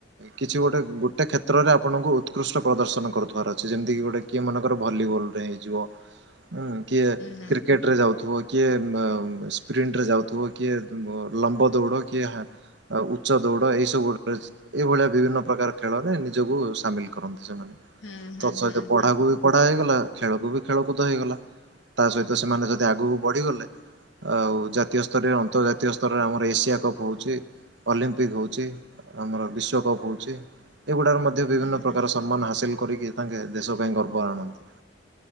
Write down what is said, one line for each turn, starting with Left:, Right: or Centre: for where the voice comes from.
Right: କିଛି ଗୋଟେ ଗୋଟେ କ୍ଷେତ୍ରରେ ଆପଣଙ୍କୁ ଉତ୍କୃଷ୍ଟ ପ୍ରଦର୍ଶନ କରୁ ଥିବାର ଅଛି ଯେମିତିକି ଗୋଟେ କିଏ ମାନେ କର ଭଲିବଲ୍ ରେ ହେଇଯିବ ହୁଁ କିଏ
Left: ହୁଁ ହୁଁ ହୁଁ
Right: କ୍ରିକେଟ ରେ ଯାଉଥିବ କିଏ ମ ସ୍ପ୍ରିଣ୍ଟରେ ଯାଉଥିବ କିଏ ଲମ୍ବ ଦୌଡ଼ କିଏ ହା ଆ ଉଚ୍ଚ ଦୌଡ ଏଇ ସବୁ ରେ ଏଇଭଳିଆ ବିଭିନ୍ନ ପ୍ରକାର ଖେଳରେ ନିଜକୁ ସାମିଲ କରନ୍ତି ସେମାନେ
Left: ହୁଁ
Right: ତତ୍ ସହିତ ପଢାକୁ
Left: ହୁଁ
Right: ବି ପଢା ହେଇଗଲା ଖେଳକୁ ବି ଖେଳକୁଦ ହେଇଗଲା ତା ସହିତ ସେମାନେ ଯଦି ଆଗକୁ ବଢିଗଲେ ଆଉ ଜାତୀୟ ସ୍ତରରେ ଅନ୍ତର୍ଜାତୀୟ ସ୍ତରରେ ଆମର ଏସିଆ କପ୍ ହଉଛି ଅଲିମ୍ପିକ ହଉଛି ଆମର ବିଶ୍ୱକପ୍ ହଉଛି ଏଗୁଡ଼ାକ ମଧ୍ୟ ବିଭିନ୍ନ
Left: ହୁଁ
Right: ପ୍ରକାର
Left: ହୁଁ
Right: ସମ୍ମାନ ହାସିଲ କରିକି ତାଙ୍କେ ଦେଶ ପାଇଁ ଗର୍ବ ଆଣନ୍ତି।